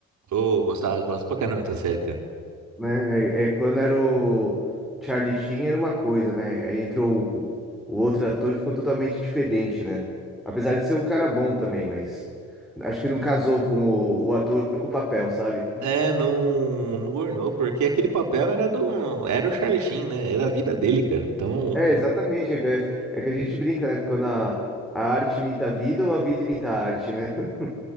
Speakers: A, on the right (about 70°); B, in the centre.
A: eu gostava, gosto pra caramba dessa série, cara.
B: né? É, é quando era o Charlie Sheen era uma coisa, né? Aí entrou o, o outro ator e ficou totalmente diferente, né? Apesar de ser um cara bom também, mas acho que não casou com o, o ator com o papel, sabe?
A: É, não, não ornou, porque aquele papel era do, era o Charlie Sheen, né? Era a vida dele, cara. Então,
B: É, exatamente. É, é que a gente brinca, né? Quando a, a arte imita a vida ou a vida imita a arte, né? <laughs>